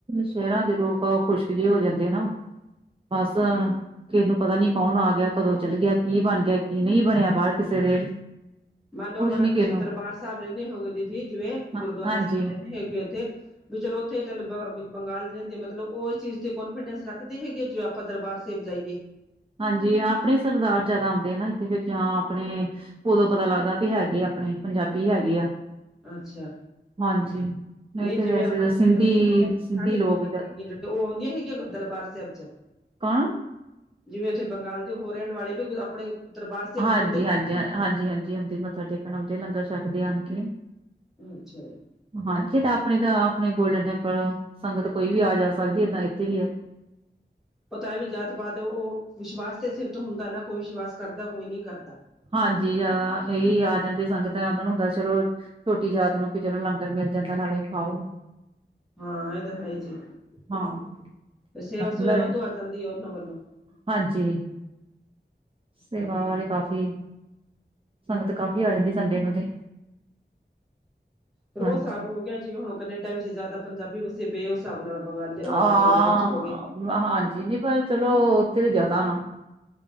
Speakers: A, on the right; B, in the centre.
A: ਸ਼ਹਿਰਾਂ ਦੇ ਲੋਕ ਆ ਖੁਸ਼ਕ ਜਿਹੇ ਹੋ ਜਾਂਦੇ ਆ ਨਾ ਬਸ ਕਿਸੇ ਨੂੰ ਪਤਾ ਨੀ ਕੌਣ ਆ ਗਿਆ ਕਦੋਂ ਚੱਲ ਗਿਆ ਕੀ ਬਣ ਗਿਆ ਕੀ ਨਹੀਂ ਬਣਿਆ ਬਾਹਰ ਕਿਸੇ ਦੇ
B: ਮੰਨ ਲਓ
A: ਕੁਛ
B: ਆਪਣੇ
A: ਨੀ
B: ਹੁਣ
A: ਕਿਸੇ
B: ਤੁਸੀਂ
A: ਨੂੰ
B: ਦਰਬਾਰ ਸਾਹਿਬ ਰਹਿੰਦੇ ਹੋਗੇ ਦੀਦੀ ਜਿਵੇਂ
A: ਹਾਂ
B: ਗੁਰਦੁਆਰਾ
A: ਹਾਂਜੀ
B: ਸਾਹਿਬ ਰਹਿੰਣੇ ਹੈਗੇ ਇੱਥੇ ਵੀ ਚਲੋ ਉੱਥੇ ਚੱਲ ਬ ਬੰਗਾਲ ਦੇ ਰਹਿੰਦੇ ਆ ਮਤਲਬ ਉਹ ਇਸ ਚੀਜ਼ ਤੇ ਕੋਨਫੀਡੈਂਸ ਰੱਖਦੇ ਹੈਗੇ ਆ ਜੋੇ ਆਪਾਂ ਦਰਬਾਰ ਸੇਬ ਜਾਈਏ
A: ਹਾਂਜੀ ਆਪਣੇ ਸਰਦਾਰ ਜਿਆਦਾ ਆਉਂਦੇ ਆ ਨਾ ਇੱਥੇ ਫ ਜਾਂ ਆਪਣੇ ਉਦੋਂ ਪਤਾ ਲੱਗਦਾ ਵੀ ਹੈਗੇ ਆਪਣੇ ਪੰਜਾਬੀ ਹੈਗੇ ਆ
B: ਅੱਛਾ
A: ਹਾਂਜੀ ਨਹੀਂ ਤੇ
B: ਜਿਵੇਂ
A: ਵੈਸੇ
B: ਆਪਣੇ
A: ਤਾਂ ਸਿੰਧੀ
B: ਜਿਹੜੇ ਸਾੜੀ
A: ਸਿੰਧੀ ਲੋਕ
B: ਪਾਉਂਦੇ
A: ਜ
B: ਉਹ ਆਉਂਦੀਆਂ ਹੈਗੀਆਂ ਦਰਬਾਰ ਸਾਹਿਬ ਚ
A: <unintelligible>
B: ਜਿਵੇਂ ਉੱਥੇ ਬੰਗਾਲ ਦੇ ਹੋ ਰਹਿਣ ਵਾਲੇ ਵੀ ਆਪਣੇ ਦਰਬਾਰ ਸਾਹਿਬ
A: ਹਾਂਜੀ
B: ਚ ਆਉਂਦੇ
A: ਹਾਂਜੀ ਹ ਹਾਂਜੀ ਹਾਂਜੀ ਹਉਦੀ ਮੱਥਾ ਟੇਕਣ ਆਉਦੇ ਲੰਗਰ ਛਕਦੇ ਆਣ ਕੇ
B: <unintelligible>
A: ਹਾਂਜੀ ਤਾਂ ਆਪਣੀ ਤਾਂ ਆਪਣੇ ਗੋਲਡਨ ਟੈਂਪਲ, ਸੰਗਤ ਕੋਈ ਵੀ ਆ-ਜਾ ਸਕਦੀ ਏਦਾਂ ਇੱਥੇ ਵੀ ਐ।
B: ਪਤਾ ਹੈ ਵੀ ਜਾਤ ਪਾਤ ਉਹ ਵਿਸ਼ਵਾਸ ਤੇ ਸਿਰ ਤੇ ਹੁੰਦਾ ਨਾ ਕੋਈ ਵਿਸ਼ਵਾਸ ਕਰਦਾ ਕੋਈ ਨਹੀਂ ਕਰਦਾ।
A: ਹਾਂਜੀ, ਅ ਇਹੀ ਆ ਜਾਂਦੀ ਸੰਗਤ ਉਹਨਾਂ ਨੂੰ ਹੁੰਦਾ ਚਲੋ ਛੋਟੀ ਜਾਤ ਨੂੰ ਪੀ ਚਲੋ, ਲੰਗਰ ਮਿਲ ਜਾਂਦਾ ਨਾਲੇ ਖਾਓ
B: ਹਾਂ, ਇਹ ਤਾਂ ਹੈ ਹੀ ਜੀ
A: ਹਾਂ
B: ਤੇ ਸੇਵਾ
A: ਖੁੱਲਾ
B: ਸੁਵਾ ਵਾਧੂ ਆ ਜਾਂਦੀ ਆ ਉਹਨਾਂ ਵੱਲੋਂ।
A: ਹਾਂਜੀ, ਸੇਵਾਵਾ ਤੇ ਕਾਫੀ ਸੰਗਤ ਕਾਫ਼ੀ ਆ ਜਾਂਦੀ ਸੰਡੇ ਨੂੰ ਤੇ
B: ਫਿਰ ਉਹ
A: ਹਾਂਜੀ
B: ਸਾਬ੍ਹ ਹੋ ਗਿਆ, ਜਿਵੇਂ ਹੁਣ ਕਨੇਡਾ ਵਿੱਚ ਜ਼ਿਆਦਾ ਪੰਜਾਬੀ ਵਸ ਜੇ, ਬੇ ਓ ਹਿਸਾਬ ਨਾਲ, ਬੰਗਾਲੀ
A: ਹਾਂ
B: ਅ ਤੇ ਬੰਗਲੌਰ ਚ ਹੋ ਗਏ।
A: ਹਾਂਜੀ, ਨੀ ਪਰ ਚਲੋ, ਉੱਥੇ ਤੇ ਜਿਆਦਾ ਹੋਣਾ-